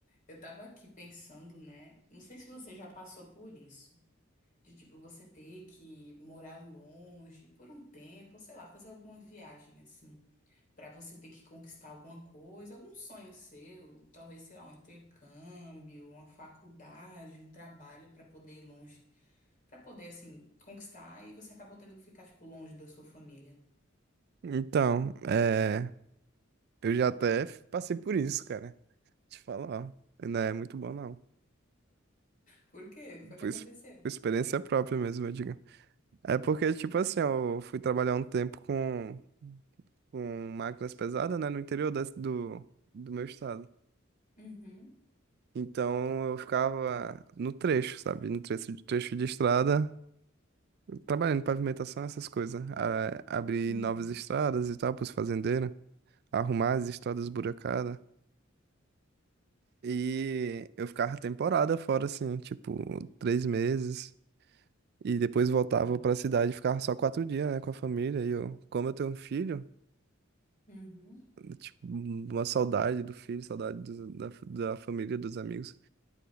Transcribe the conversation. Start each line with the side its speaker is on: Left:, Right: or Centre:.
Left: eu tava aqui pensando, né? Não sei se você já passou por isso, de tipo você ter que morar longe por um tempo, ou sei lá, fazer alguma viagem assim. Pra você ter que conquistar alguma coisa, algum sonho seu, talvez, sei lá, um intercâmbio, uma faculdade, um trabalho pra poder ir longe, Pra poder assim conquistar e você acabou tendo que ficar tipo longe da sua família.
Right: Então, é, eu já até f- passei por isso, cara. Te falar, ó, não é muito bom não.
Left: Por quê? O que foi
Right: Por
Left: que aconteceu?
Right: ex- por experiência própria mesmo, eu digo. É porque, tipo assim, eu fui trabalhar um tempo com, com máquinas pesadas, né, no interior da- do, do meu estado.
Left: Uhum,
Right: Então eu ficava no trecho, sabe? No trecho, de- trecho de estrada, trabalhando em pavimentação, essas coisas. A- Abrir
Left: uhum,
Right: novas estradas e tal para os fazendeiros, arrumar as estradas esburacadas. E eu ficava temporada fora, assim, tipo, três meses. E depois voltava
Left: Ó.
Right: para a cidade e ficava só quatro dias, né, com a família. E eu, como eu tenho um filho,
Left: uhum,
Right: tipo, uma saudade do filho, saudade do- da, da família, dos amigos.